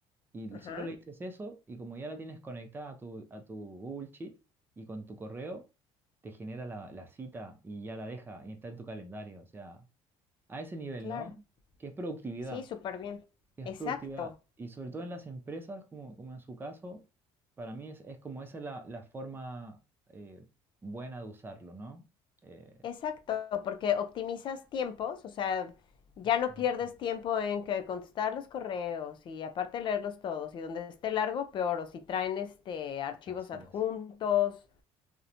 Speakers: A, on the right; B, on the left.
A: y
B: ajá,
A: solo le dices eso y como ya la tienes conectada a tu, a tu Google Sheet y con tu correo, te genera la, la cita y ya la deja y está en tu calendario. O sea, a ese nivel,
B: claro.
A: ¿no? Que es productividad,
B: Sí, súper bien.
A: que es
B: Exacto.
A: productividad. Y sobre todo en las empresas, como, como en su caso, para mí es, es como esa la, la forma eh, buena de usarlo, ¿no? Eh,
B: Exacto, porque optimizas tiempos, o sea, ya
A: Exacto.
B: no pierdes tiempo en que contestar los correos y aparte leerlos todos y donde esté largo, peor, o si traen este archivos
A: Así
B: adjuntos,
A: es.